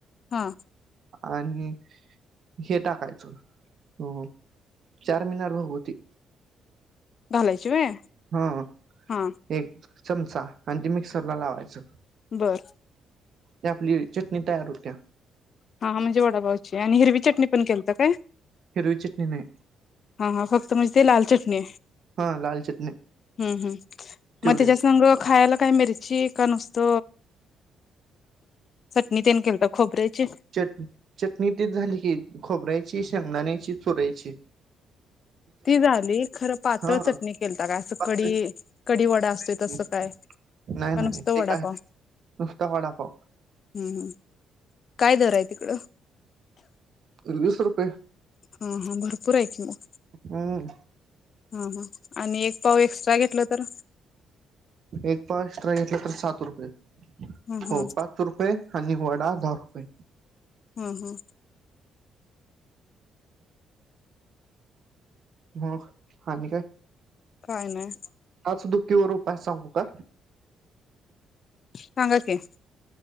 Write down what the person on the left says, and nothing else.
हा
घालायची व्हय
हा
बरं
हा म्हणजे वडापावची आणि हिरवी चटणी पण केलतं काय?
हा हा फक्त म्हणजे ते लाल चटणी
हम्म हम्म्म्म
मग त्याच्यासंग खायला काय मिर ची का नुसत चटणी तेन केलता खोबऱ्याची
ती झाली खरं पातळ
चटणी केलता काय असं
कडी कडी वडा असतोय
तसं काय
का
नुसतं
वडापाव
हम्म हम्म काय दर हाय तिकडं
हा हा भरपूर आहे की मग
हा हा आणि एक पाव एक्स्ट्रा घेतलं तर
ह
ह
हम् हम्
काय नाय
सांगा की